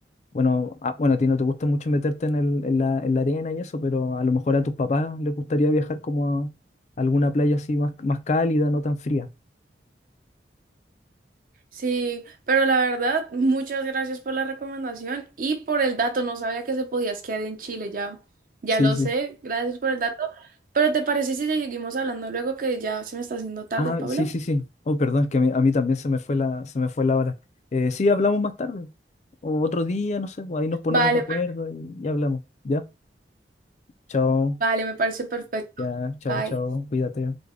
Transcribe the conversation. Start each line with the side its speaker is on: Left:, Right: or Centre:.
Left: bueno, ah, bueno, a ti no te gusta mucho meterte en, el- en la, en la arena y eso, pero a lo mejor a tus papás les gustaría viajar como a alguna playa así más, más cálida, no tan fría.
Right: Sí, pero la verdad, muchas gracias por la recomendación y por el dato. No sabía que se podía esquiar en Chile, ya, ya
Left: Sí,
Right: lo
Left: sí.
Right: sé. Gracias por el dato. Pero ¿te parece si seguimos hablando luego que ya se me está haciendo tarde,
Left: Ah,
Right: Pablo?
Left: sí, sí, sí. Oh, perdón, es que me- a mí también se me fue la, se me fue la hora. Eh, sí, hablamos más tarde, o otro día, no sé, pues ahí nos ponemos
Right: Vale,
Left: de acuerdo
Right: per-
Left: y, y hablamos. Ya, chao,
Right: vale, me parece perfecto.
Left: ya, chao,
Right: Bye.
Left: chao, cuídate.